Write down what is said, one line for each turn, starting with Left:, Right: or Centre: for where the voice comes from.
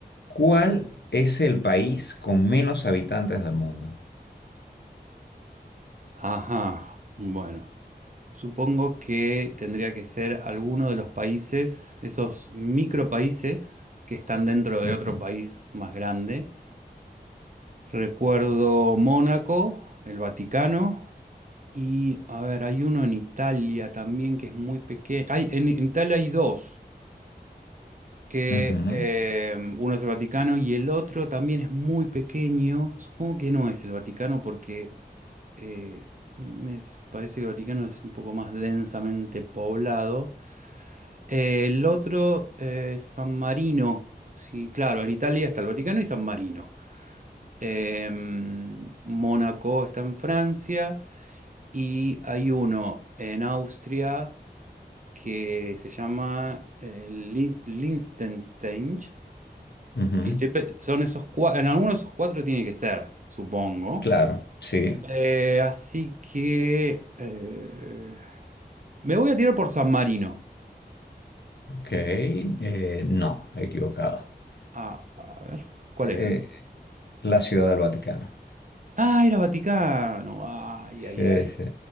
Left: ¿Cuál es el país con menos habitantes del mundo?
Right: Ajá. Bueno. Supongo que tendría que ser alguno de los países, esos micropaíses que están dentro de
Left: Ujú,
Right: otro país más grande. Recuerdo Mónaco, el Vaticano y, a ver, hay uno en Italia también que es muy pequeño. Hay, en, en Italia hay dos, que
Left: ujú,
Right: eh, uno es el Vaticano y el otro también es muy pequeño. Supongo que no es el Vaticano porque eh, me s- parece que el Vaticano es un poco más densamente poblado. Eh, el otro, eh, San Marino. Sí, claro, en Italia está el Vaticano y San Marino. Em, Mónaco está en Francia y hay uno en Austria que se llama eh, Lin- Liechtenstein.
Left: ujú.
Right: Y estoy pe- son esos cuatro, en alguno de esos cuatro tiene que ser, supongo.
Left: Claro, sí.
Right: Eh, así que eh, me voy a tirar por San Marino.
Left: Ok, eh, no, equivocado.
Right: Ah, a ver, ¿cuál
Left: Eh,
Right: era?
Left: la Ciudad del Vaticano.
Right: Ah, era Vaticano. Ay,
Left: Sí,
Right: ay, ay.
Left: sí,